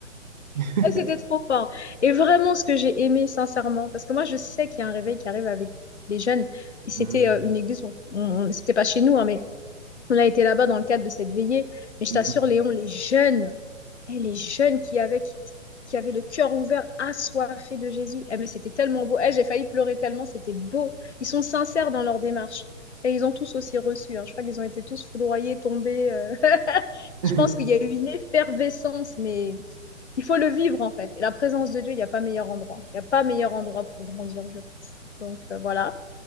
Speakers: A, on the right; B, on the left.
A: <laughs>
B: <laughs> Ah, c'était trop fort. Et vraiment, ce que j'ai aimé, sincèrement, parce que moi, je sais qu'il y a un réveil qui arrive avec des jeunes. Et c'était
A: Mhm.
B: euh, une église, on, on- on- c'était pas chez nous, hein, mais on a été là-bas dans le cadre de cette veillée. Mais je
A: Mhm.
B: t'assure, Léon, les jeunes, eh, les jeunes qui avaient, qui, qui avaient le cœur ouvert, assoiffés de Jésus. Eh, mais c'était tellement beau. Eh, j'ai failli pleurer tellement, c'était beau. Ils sont sincères dans leur démarche. Et ils ont tous aussi reçu. hein. Je crois qu'ils ont été tous foudroyés, tombés. euh. <laughs>
A: <laughs>
B: Je pense qu'il y a eu une effervescence, mais il faut le vivre en fait. Et la présence de Dieu, il n'y a pas meilleur endroit. Il n'y a pas meilleur endroit pour grandir, je pense. Donc euh, voilà.